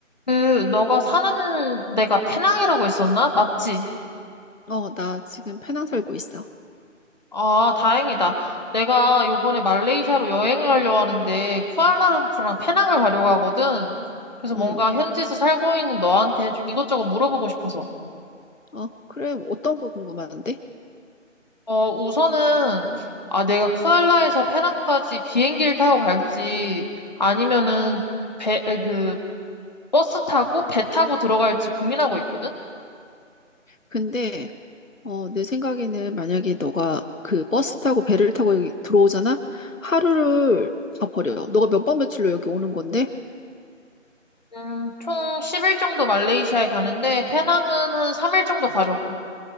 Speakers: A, on the left (about 35°); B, on the left (about 80°).
A: 그, 너가 사는 데가 페낭이라고 했었나? 맞지?
B: 어, 나 지금 페낭 살고 있어.
A: 아, 다행이다. 내가 요번에 말레이시아로 여행을 가려고 하는데, 쿠알라룸푸랑 페낭을 가려고 하거든. 그래서
B: 음.
A: 뭔가 현지에서 살고 있는 너한테 좀 이것저것 물어보고 싶어서.
B: 어, 그래. 어떤 거 궁금한데?
A: 어, 우선은, 아, 내가 쿠알라에서 페낭까지 비행기를 타고 갈지, 아니면은, 배, 에, 그, 버스 타고 배 타고 들어갈지 고민하고 있거든?
B: 근데 어, 내 생각에는 만약에 너가 그 버스 타고 배를 타고 여기 들어오잖아? 하루를 다 버려. 너가 몇 박 며칠로 여기 오는 건데?
A: 음, 총 10일 정도 말레이시아에 가는데, 페낭은 한 3일 정도 가려고.